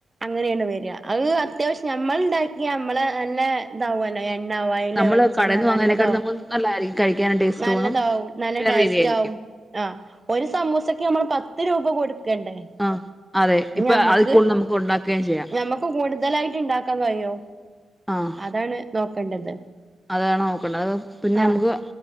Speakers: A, on the right; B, in the centre.
A: അങ്ങനെണ് വര അഹ് അത്യാവശ്യം നമ്മൾണ്ടാക്കിയ നമ്മളെന്നെ താവല്ലേ. എണ ഓയിൽ
B: നമ്മള്
A: വെളിച്ചെണ്ണ
B: കടയിൽന്ന് വാങ്ങുന്നതിനേക്കാൾ
A: നല്ലതോ
B: നമുക്ക് നല്ലതായിരിക്കും കഴിക്കാനും ടേസ്റ്റ്
A: നല്ലതാവും
B: തോന്നും
A: നല്ല
B: വേറെ
A: ടേസ്റ്റ്
B: രീതിയായിരിക്കും
A: ആവും ആഹ് ഒരു സമൂസക്ക് നമ്മൾ പത്ത് രൂപ കൊടു <inaudible>
B: ആഹ് അതെ ഇപ്പൊ
A: ഞമ്മക്ക്
B: അതിൽ കൂടുതൽ നമുക്ക് ഉണ്ടാക്കുകയും ചെയ്യാം
A: ഞമ്മക്ക് കൂടുതലായിട്ട് ഉണ്ടാക്കാൻ കഴിയും. <unintelligible>
B: ആഹ്
A: അതാണ് നോക്കേണ്ടത്.
B: അതാണ് നോക്കേണ്ടത് അത് പിന്നെ
A: ആ
B: നമുക്ക്